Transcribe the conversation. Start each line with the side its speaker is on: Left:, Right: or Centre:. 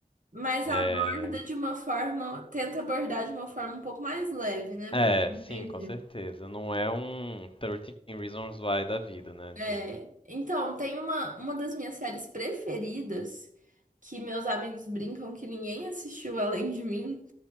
Right: Mas
Left: É,
Right: aborda de uma forma, tenta abordar de uma forma um pouco mais leve, né?
Left: é,
Right: Pelo que eu
Left: sim,
Right: entendi.
Left: com certeza. Não é um thirteen Reasons Why da vida, né, de...
Right: É. Então, tem uma, uma das minhas séries preferidas que meus amigos brincam que ninguém assistiu além de mim.